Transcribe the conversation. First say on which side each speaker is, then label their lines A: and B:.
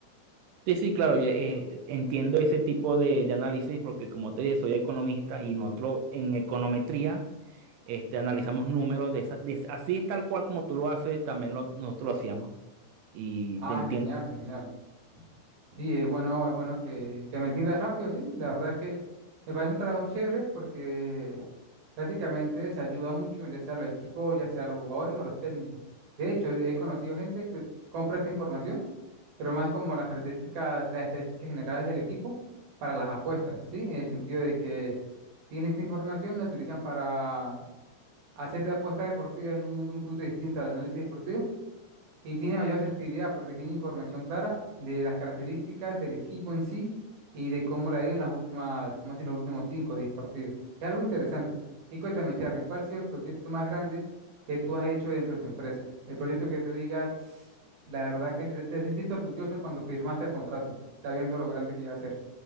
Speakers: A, on the right; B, on the right.
A: Sí, sí, claro, yo, eh, entiendo ese tipo de, de análisis porque como te dije, soy economista y nosotros en econometría este, analizamos números de, esa- de así es tal cual como tú lo haces, también lo- nosotros lo hacíamos. Y
B: Ah,
A: te entiendo.
B: genial, genial. Sí, es bueno, es bueno que, que me entiendas rápido, sí. La verdad es que me parece un trabajo chévere porque prácticamente se ayuda mucho, ya sea los equipos, ya sea los jugadores o los técnicos. De hecho, he conocido gente que compra esta información, pero más como las características, las estadísticas generales del equipo para las apuestas, ¿sí? En el sentido de que tiene esta información, la utilizan para hacer de apuestas deportivas en un mundo un poquito distinto al análisis deportivo y tiene mayor asertividad porque tiene información clara de las características del equipo en sí y de cómo le ha ido en las últimas, más en los últimos 5 o 10 partidos. Es algo interesante. Y cuéntame, Charles, ¿cuál ha sido el proyecto más grande que tú has hecho dentro de su empresa? El proyecto que tú digas, la verdad que te, te sentiste orgulloso cuando firmaste el contrato, sabiendo lo grande que iba a ser.